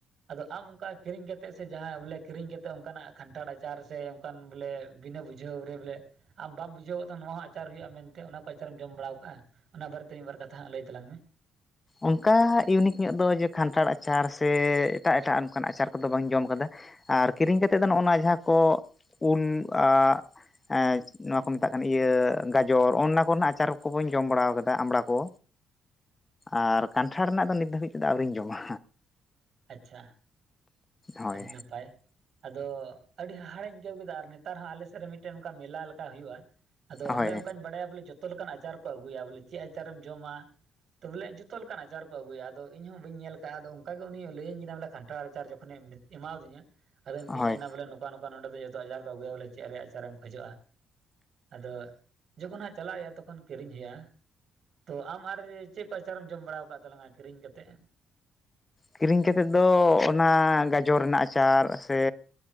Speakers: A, on the right; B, on the left.
A: ᱟᱫᱚ ᱟᱢ ᱚᱱᱠᱟ ᱠᱤᱨᱤᱧ ᱠᱟᱛᱮᱫ ᱥᱮ ᱡᱟᱦᱟᱸ ᱵᱚᱞᱮ ᱠᱤᱨᱤᱧ ᱠᱟᱛᱮᱫ ᱚᱱᱠᱟᱱᱟᱜ ᱠᱷᱟᱱᱴᱷᱟᱲ ᱟᱪᱟᱨ ᱥᱮ ᱚᱱᱠᱟᱱ ᱵᱚᱞᱮ᱾ ᱵᱤᱱᱟᱹ ᱵᱩᱡᱷᱟᱹᱣ ᱨᱮ ᱵᱚᱞᱮ᱾ ᱟᱢ ᱵᱟᱢ ᱵᱩᱡᱷᱟᱹᱣ ᱠᱟᱜ ᱛᱟᱦᱮᱱᱟ ᱱᱚᱣᱟ ᱦᱚᱸ ᱟᱪᱟᱨ ᱦᱩᱭᱩᱜᱼᱟ ᱢᱮᱱᱛᱮ ᱚᱱᱟ ᱠᱚ ᱟᱪᱟᱨᱮᱢ ᱡᱚᱢ ᱵᱟᱲᱟᱣ ᱠᱟᱜᱼᱟ ᱚᱱᱟ ᱵᱟᱨᱮᱛᱮ᱾ ᱛᱤᱱ ᱵᱟᱨ ᱠᱟᱛᱷᱟ ᱦᱟᱜ ᱞᱟᱹᱭ ᱛᱟᱞᱟᱝ ᱢᱮ᱾
B: ᱚᱱᱠᱟ ᱤᱭᱩᱱᱤᱠ ᱧᱚᱜ ᱫᱚ ᱡᱮ ᱠᱷᱟᱱᱴᱷᱟᱲ ᱟᱪᱟᱨ ᱥᱮ ᱮᱴᱟᱜ ᱮᱴᱟᱜ ᱚᱱᱠᱟᱱ ᱟᱪᱟᱨ ᱠᱚᱫᱚ ᱵᱟᱹᱧ ᱡᱚᱢ ᱠᱟᱫᱟ᱾ ᱟᱨ ᱠᱤᱨᱤᱧ ᱠᱟᱛᱮᱫ ᱫᱚ ᱱᱚᱜᱚᱱᱟ ᱡᱟᱸᱦᱟ ᱠᱚ ᱩᱞ ᱟᱜ᱾ ᱮᱸ ᱱᱚᱣᱟ ᱠᱚ ᱢᱮᱛᱟᱜ ᱠᱟᱱᱟ ᱤᱭᱟᱹ ᱜᱟᱡᱚᱨ ᱚᱜᱻᱱᱟ ᱠᱚᱨᱮᱱᱟᱜ ᱟᱪᱟᱨ ᱠᱚᱦᱚᱸᱧ ᱡᱚᱢ ᱵᱟᱲᱟ ᱠᱟᱫᱟ ᱟᱢᱵᱽᱲᱟ ᱠᱚ᱾ ᱟᱨ ᱠᱟᱱᱴᱷᱟᱲ ᱨᱮᱱᱟᱜ ᱫᱚ ᱱᱤᱛ ᱫᱷᱟᱹᱵᱤᱡ ᱛᱮᱫᱚ ᱟᱹᱣᱨᱤᱧ ᱡᱚᱢᱟ᱾
A: ᱟᱪᱪᱷᱟ
B: ᱦᱳᱭ
A: ᱟᱹᱰᱤ ᱱᱟᱯᱟᱭ ᱟᱫᱚ ᱟᱹᱰᱤ ᱦᱟᱦᱟᱲᱤᱧ ᱟᱹᱭᱠᱟᱹᱣ ᱠᱮᱫᱟ ᱟᱨ ᱱᱮᱛᱟᱨ ᱦᱟᱸᱜ ᱟᱞᱮ ᱥᱮᱫ ᱨᱮ ᱢᱤᱫᱴᱮᱱ ᱱᱚᱝᱠᱟ ᱢᱮᱞᱟ ᱞᱮᱠᱟ ᱦᱩᱭᱩᱜᱼᱟ᱾ ᱟᱫᱚ
B: ᱦᱳᱭ
A: ᱚᱸᱰᱮ ᱚᱱᱠᱟᱧ ᱵᱟᱲᱟᱭᱟ ᱵᱚᱞᱮ ᱡᱚᱛᱚ ᱞᱮᱠᱟᱱ ᱟᱪᱟᱨ ᱠᱚ ᱟᱹᱜᱩᱭᱟ ᱵᱚᱞᱮ ᱪᱮᱫ ᱟᱪᱟᱨᱮᱢ ᱡᱚᱢᱟ? ᱛᱚ ᱵᱚᱞᱮ ᱡᱚᱛᱚ ᱞᱮᱠᱟᱱ ᱟᱪᱟᱨ ᱠᱚ ᱟᱹᱜᱩᱭᱟ ᱟᱫᱚ ᱤᱧ ᱦᱚᱸ ᱵᱟᱹᱧ ᱧᱮᱞ ᱟᱠᱟᱫᱼᱟ ᱟᱫᱚ ᱚᱱᱠᱟ ᱜᱮ ᱩᱱᱤᱭ ᱞᱟᱹᱭᱟᱹᱧ ᱠᱟᱱᱟ ᱵᱚᱞᱮ ᱠᱷᱟᱱᱴᱷᱟᱲ ᱟᱪᱟᱨ ᱡᱚ᱾ ᱠᱷᱚᱱᱮ ᱢᱮᱫ ᱮᱢᱟ ᱟᱫᱤᱧᱟ ᱟᱫᱚᱭ ᱢᱤᱛᱟᱹᱧ
B: ᱦᱳᱭ
A: ᱠᱟᱱᱟ ᱵᱚᱞᱮ᱾ ᱱᱚᱠᱟ ᱱᱚᱠᱟ ᱱᱚᱰᱮ ᱫᱚ ᱡᱚᱛᱚ ᱟᱪᱟᱨ ᱠᱚ ᱟᱹᱜᱩᱭᱟ ᱵᱚᱞᱮ ᱪᱮᱫ ᱨᱮᱭᱟᱜ ᱟᱪᱟᱨᱮᱢ ᱠᱷᱚᱡᱚᱜᱼᱟ? ᱟᱫᱚ ᱡᱚᱠᱷᱚᱱ ᱦᱟᱸᱜ ᱪᱟᱞᱟᱜ ᱦᱩᱭᱩᱜᱼᱟ ᱛᱚᱠᱷᱚᱱ ᱠᱤᱨᱤᱧ ᱦᱩᱭᱩᱜᱼᱟ᱾ ᱛᱚ ᱟᱢ ᱟᱨ ᱪᱮᱫ ᱠᱚ ᱟᱪᱟᱨᱮᱢ ᱡᱚᱢ ᱵᱟᱲᱟ ᱟᱠᱟᱣᱟᱫ ᱛᱟᱞᱟᱝᱟ ᱠᱤᱨᱤᱧ ᱠᱟᱛᱮ?
B: ᱠᱤᱨᱤᱧ ᱠᱟᱛᱮᱫ ᱫᱚ ᱚᱱᱟ ᱜᱟᱡᱚᱨ ᱨᱮᱱᱟᱜ ᱟᱪᱟᱨ ᱥᱮ᱾